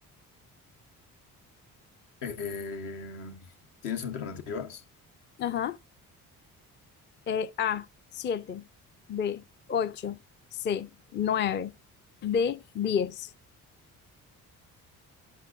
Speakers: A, on the left; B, on the left.
A: Eh, ¿tienes alternativas?
B: Ajá. Eh, A, 7 B, 8 C, 9 D, 10